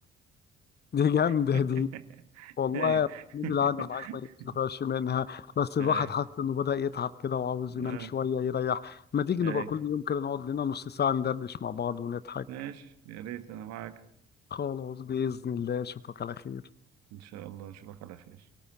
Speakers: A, on the left (about 35°); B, on the right (about 65°).
A: <laughs> دي جامدة
B: <laughs>
A: دي والله
B: ايوه
A: يا محمود
B: <laughs>
A: القعدة معاك ما ينفعش منها بس
B: ايوه
A: الواحد حاسس انه بدأ يتعب كده وعاوز ينام
B: آه،
A: شوية يريح ما تيجي
B: ايوه
A: نبقى كل يوم كده نقعد لنا نص ساعة ندردش مع بعض ونضحك
B: ماشي يا ريت انا معاك
A: خلاص بإذن الله أشوفك على خير
B: ان شاء الله نشوفك على خير